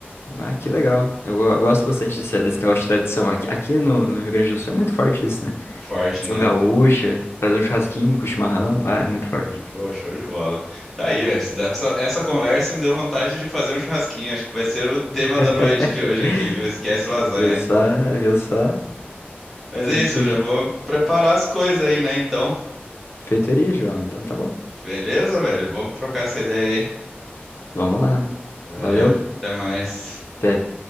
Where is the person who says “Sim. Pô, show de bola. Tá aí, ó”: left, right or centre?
Centre